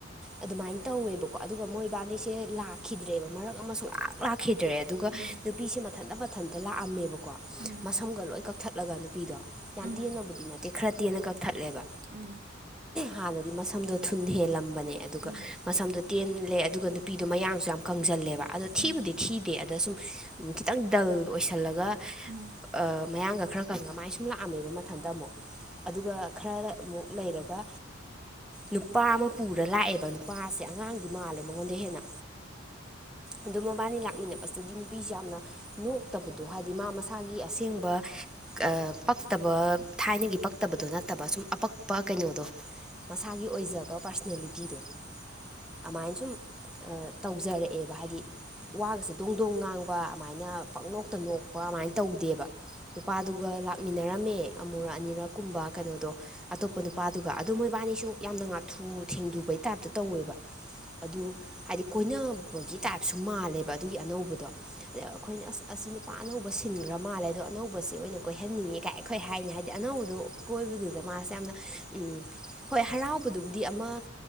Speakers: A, in the centre; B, on the right (about 40°).
A: ꯑꯗꯨꯃꯥꯏꯅ ꯇꯧꯋꯦꯕꯀꯣ ꯑꯗꯨꯒ ꯃꯣꯏ ꯕꯥꯅꯤꯁꯦ ꯂꯥꯛꯈꯤꯗ꯭ꯔꯦꯕ ꯃꯔꯛ ꯑꯃ ꯁꯨꯡꯂꯥꯛ ꯂꯥꯛꯈꯤꯗ꯭ꯔꯦ ꯑꯗꯨꯒ
B: ꯎꯝ
A: ꯅꯨꯄꯤꯁꯦ ꯃꯊꯟꯇ ꯃꯊꯟꯇ ꯂꯥꯛꯑꯝꯃꯦꯕꯀꯣ
B: ꯎꯝ
A: ꯃꯁꯝꯒ ꯂꯣꯏ ꯀꯛꯊꯠꯂꯒ ꯅꯨꯄꯤꯗꯣ ꯌꯥꯝ
B: ꯎꯝ
A: ꯇꯦꯟꯅꯕꯨꯗꯤ ꯅꯠꯇꯦ ꯈꯔ ꯇꯦꯟꯅ ꯀꯛꯊꯠꯂꯦꯕ
B: ꯎꯝ
A: ꯍꯥꯟꯅꯗꯤ ꯃꯁꯝꯗꯣ ꯊꯨꯟ ꯍꯦꯜꯂꯝꯕꯅꯦ ꯑꯗꯨꯒ
B: ꯎꯝ
A: ꯃꯁꯝꯗꯣ ꯇꯦꯜꯂꯦ ꯑꯗꯨꯒ ꯅꯨꯄꯤꯗꯣ ꯃꯌꯥꯡꯁꯨ ꯌꯥꯝ ꯀꯪꯖꯜꯂꯦꯕ ꯑꯗꯣ
B: ꯎꯝ
A: ꯊꯤꯕꯨꯗꯤ ꯊꯤꯗꯦ ꯑꯗ ꯁꯨꯝ ꯈꯤꯇꯪ ꯗꯜ ꯑꯣꯏꯁꯜꯂꯒ
B: ꯎꯝ
A: ꯑ ꯃꯌꯥꯡꯒ ꯈꯔ ꯀꯪꯉ ꯃꯥꯏ ꯁꯨꯝ ꯁꯨꯝ ꯂꯥꯛꯑꯝꯃꯦꯕ ꯃꯊꯟꯇ ꯑꯃꯨꯛ ꯑꯗꯨꯒ ꯈꯔꯒ ꯑꯃꯨꯛ ꯂꯩꯔꯒ ꯅꯨꯄꯥ ꯑꯃ ꯄꯨꯔ ꯂꯥꯛꯑꯦꯕ ꯅꯨꯄꯥꯁꯦ ꯑꯉꯥꯡꯗꯤ ꯃꯥꯜꯂꯦ ꯃꯉꯣꯟꯗꯩ ꯍꯦꯟꯅ ꯑꯗꯣ ꯃꯕꯥꯅꯤ ꯂꯥꯛꯃꯤꯟꯅꯕꯁꯤꯗꯤ ꯅꯨꯄꯤꯁꯦ ꯌꯥꯝꯅ ꯅꯣꯛꯇꯕꯗꯣ ꯍꯥꯏꯗꯤ ꯃꯥ ꯃꯁꯥꯒꯤ ꯑꯁꯦꯡꯕ ꯑ ꯄꯛꯇꯕ ꯊꯥꯏꯅꯒꯤ ꯄꯛ ꯇꯕꯗꯣ ꯅꯠꯇꯕ ꯁꯨꯝ ꯑꯄꯛꯄ ꯀꯩꯅꯣꯗꯣ ꯃꯁꯥꯒꯤ ꯑꯣꯏꯖꯕ ꯄꯥꯔꯁꯣꯅꯦꯂꯤꯇꯤꯗꯣ ꯑꯃꯥꯏ ꯁꯨꯝ ꯇꯧꯖꯔꯛꯑꯦꯕ ꯍꯥꯏꯗꯤ ꯋꯥꯒꯁꯦ ꯗꯣꯡ ꯗꯣꯡ ꯉꯥꯡꯕ ꯑꯃꯥꯏꯅ ꯄꯪꯅꯣꯛꯇ ꯅꯣꯛꯄ ꯑꯗꯨꯃꯥꯏꯅ ꯇꯧꯗꯦꯕ ꯅꯨꯄꯥꯥꯗꯨꯒ ꯂꯥꯛ ꯃꯤꯟꯅꯔꯝꯃꯦ ꯑꯃꯨꯔꯛ ꯑꯅꯤꯔꯛ ꯀꯨꯝꯕ ꯀꯩꯅꯣꯗꯣ ꯑꯇꯣꯞꯄ ꯅꯨꯄꯥꯗꯨꯒ ꯑꯗꯨ ꯃꯣꯏꯕꯥꯅꯤꯁꯨ ꯌꯥꯝꯅ ꯉꯥꯛ ꯊꯨ ꯊꯦꯡꯗꯨꯕꯩ ꯇꯥꯏꯞꯇ ꯇꯧꯋꯦꯕ ꯑꯗꯨ ꯍꯥꯏꯗꯤ ꯀꯣꯏꯅꯕꯒꯤ ꯇꯥꯏꯞꯁꯨ ꯃꯥꯜꯂꯦꯕ ꯑꯗꯨꯒꯤ ꯑꯅꯧꯕꯗꯣ ꯑꯗ ꯑꯩꯈꯣꯏꯅ ꯑꯁ ꯑꯁꯤ ꯅꯨ ꯄꯥ ꯑꯅꯧꯕ ꯁꯤꯟꯈ꯭ꯔ ꯃꯥꯜꯂꯦ ꯑꯗꯣ ꯑꯅꯧꯕꯁꯤ ꯑꯣꯏꯅ ꯀꯣꯏꯍꯟꯅꯤꯡꯉꯤ ꯀꯥꯏ ꯑꯩꯈꯣꯏ ꯍꯥꯏꯅꯤ ꯍꯥꯏꯗꯤ ꯑꯅꯧꯕꯗꯨ ꯀꯣꯏꯕꯗꯨꯗ ꯃꯥꯁꯦ ꯌꯥꯝꯅ ꯎꯝ ꯍꯣꯏ ꯍꯔꯥꯎꯕꯗꯨꯕꯨꯗꯤ ꯑꯃ